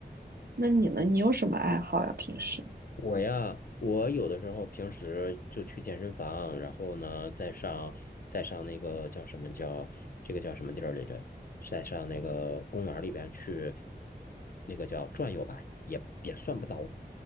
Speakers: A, on the right; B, on the left.
A: 那你呢？你有什么爱好呀？平时？
B: 我呀，我有的时候平时就去健身房，然后呢，再上再上那个叫什么叫这个叫什么地儿来着？再上那个公园儿里边去，那个叫转悠吧，也也算不到，